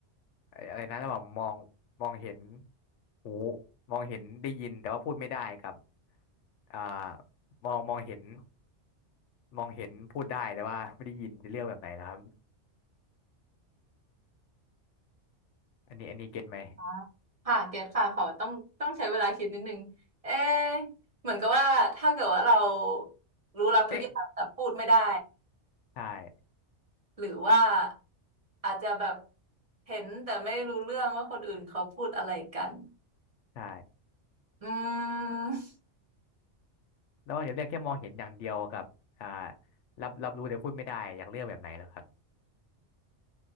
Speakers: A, on the left; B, on the right.
A: ไอ้อะไรนะระหว่างมองมองเห็นหูมองเห็นได้ยินแต่ว่าพูดไม่ได้กับอ่ามองมองเห็น มองเห็นพูดได้แต่ว่าไม่ได้ยินจะเรียกแบบไหนนะครับอันนี้อันนี้เก็ตไหม
B: <laughs> ค่ะเกตค่ะขอต้องต้องใช้เวลาคิดนิดนึงเอ๊ะเหมือนกับว่าถ้าเกิดว่าเรารู้รับทุกอย่างแต่พูดไม่ได้
A: เอ๊ะใช่
B: หรือว่าอาจจะแบบเห็นแต่ไม่รู้เรื่องว่าคนอื่นเขาพูดอะไรกัน
A: ใช่
B: อืม
A: แล้วว่าจะเรียกแค่มองเห็นอย่างเดียวกับอ่ารับรับรู้แต่พูดไม่ได้อยากเรียกแบบไหนเหรอครับ